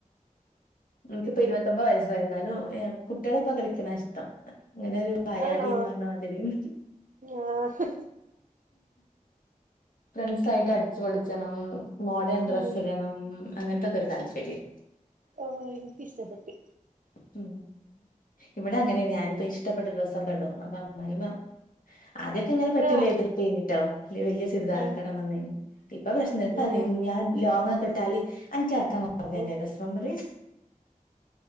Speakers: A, on the left (about 80°); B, on the right (about 70°).
A: എനിക്കിപ്പോ ഇരുപത്തൊമ്പത് വയസായിന്നാലും കുട്ടികളെപ്പം കളിക്കണ ഇഷ്ടം അങ്ങനെരു വായാടിന്ന്
B: ആണോ
A: പറഞ്ഞ മാതിരിം
B: ആഹ്
A: ഫ്രണ്ട്സ് ആയിട്ട് അടിച്ചു പൊളിച്ചണം മോഡേൺ ഡ്രെസ്
B: ഉം
A: ഇടണം അങ്ങ അങ്ങനത്തെക്കോരു താല്പര്യം
B: ആ എനിക്ക് ഇഷ്ടപ്പെട്ടു
A: ഉ ഇവിടെ അങ്ങനേണ് ഞാനിപ്പോ ഇഷ്ടപ്പെട്ട ഡ്രസ്സൊക്കെ ഇടും അപ്പൊ അമ്മായിമ്മ ആദ്യൊക്കെ ഇങ്ങന പറ്റുലെ
B: ആഹ്
A: എതിർപ്പേന്ന് ട്ടോ ഇല്യെ വല്ല്യ ചുരിദാരൊക്കെ
B: ഉം
A: ഇടണംന്നേന്ന് ഇപ്പൊ പ്രശ്നം പറയും
B: ഉം
A: ഞാൻ ലോങ്ങൊക്കെ ഇട്ടാല് അനക്ക് എറക്കം കൊറഞ്ഞതന്നെ
B: ഉം
A: രസം പറിം